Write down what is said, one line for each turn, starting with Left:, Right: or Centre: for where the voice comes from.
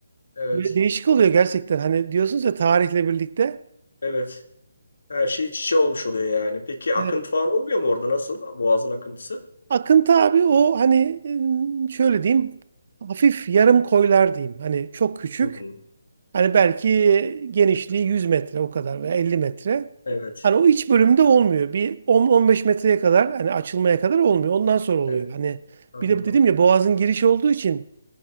Left: Evet.
Right: Böyle değişik oluyor gerçekten. Hani diyorsunuz ya tarihle birlikte.
Left: Evet. Her şey iç içe olmuş oluyor yani. Peki
Right: Evet.
Left: akıntı falan olmuyor mu orada? Nasıl? Boğazın akıntısı?
Right: Akıntı abi o hani ım, şöyle diyeyim hafif yarım koylar diyeyim. Hani çok küçük.
Left: Hmm.
Right: Hani belki genişliği 100 metre o kadar veya 50 metre.
Left: Evet.
Right: Hani o iç bölümde olmuyor. Bir 10-15 metreye kadar hani açılmaya kadar olmuyor. Ondan sonra oluyor.
Left: Evet.
Right: Hani
Left: Anladım.
Right: bir de dedim ya boğazın girişi olduğu için